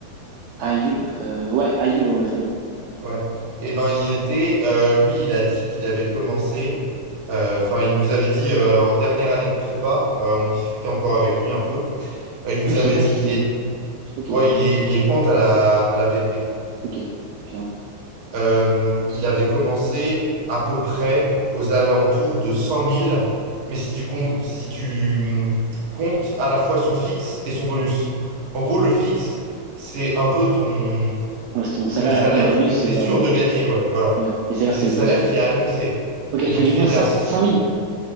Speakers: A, on the right (about 80°); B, on the right (about 60°).
A: Ayoub, euh, ouais, Ayoub, ouais, ouais, très bien.
B: ouais, et ben il était, euh, lui, il a dit qu'il avait commencé, euh, enfin, il nous avait dit euh, en dernière année de prépa, euh, on discutait encore avec lui un peu, euh, il nous
A: Ah, mais je
B: avait
A: savais pas
B: dit
A: qu'il
B: qu'il
A: était,
B: est,
A: je sais pas qu'il
B: ouais,
A: était compte.
B: il est, il est compte à la, à la BNP.
A: Ok, bien.
B: Euh, il avait commencé à peu près aux alentours de cent mille, mais si tu, com- si tu hum, comptes à la fois son fixe et son bonus. En gros, le fixe, c'est un peu ton,
A: Ouais, c'est ton salaire
B: ton salaire
A: et après le bonus,
B: que tu
A: c'est
B: es
A: genre,
B: sûr
A: euh,
B: de gagner. Ouais, voilà.
A: ouais, les salaires,
B: Donc, c'est
A: c'est
B: le
A: le
B: salaire
A: bonus. ouais.
B: qui est annoncé.
A: Ok,
B: Et
A: tu
B: donc,
A: as du coin
B: il était
A: cinq
B: à s-
A: mille.